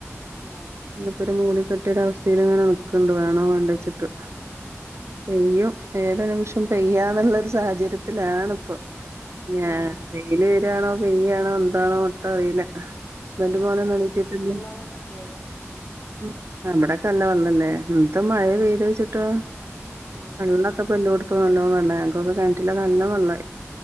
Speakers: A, on the left; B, on the right.
A: ആഹ്
B: ഇന്നിപ്പോ ഒരു മൂടി കെട്ടിയ ഒരു അവസ്ഥയിൽ ഇങ്ങനെ നിക്കണ്ട് വേണോ വേണ്ട വെച്ചിട്ട്
A: ഉം
B: പെയ്യും ഏത് നിമിഷം പെയ്യാന്നുള്ള ഒരു സാഹചര്യത്തിലാണിപ്പൊ ഞാൻ
A: ആഹ്
B: വെയില് വരാണോ പെയ്യയാണോ എന്താണോ ഒട്ടും അറിയില്ല ഹസ്ബന്റും മോനും ഒന്നും എണീറ്റിട്ടില്ലേ
A: <unintelligible> ആയോ
B: ഉം അവിടെക്കെല്ല നല്ല വെള്ളല്ലേ എന്താ മഴ പെയ്ത് വെച്ചിട്ട്
A: ആഹ്
B: <unintelligible> ഞങ്ങക്കൊക്കെ കിണറ്റില് നല്ല വെള്ളായി